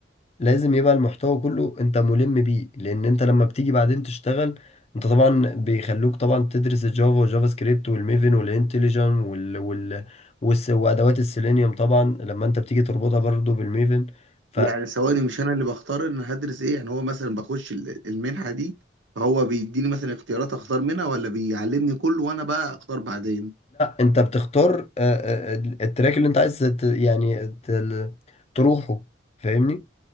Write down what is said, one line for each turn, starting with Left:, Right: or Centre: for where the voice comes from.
Left: لازم يبقى المحتوى كله انت ملم بيه لان انت لما بتيجي بعدين تشتغل انت طبعا بيخلوك طبعا تدرس الجافا والجافا سكريبت والميفن والانتليجن وال وال والس- وادوات السيلينيوم طبعا لما انت بتيجي تربطها برضو بالميفن فلا
Right: يعني ثواني مش انا اللي بختار ان هدرس ايه يعني هو مثلا بخش ال- المنحة دي فهو بيديني مثلا اختيارات اختار منها ولا بيعلمني كله وانا بقى اختار بعدين
Left: انت بتختار آه، آه، التراك اللي انت عايز تت- يعني تل- تروحه فاهمني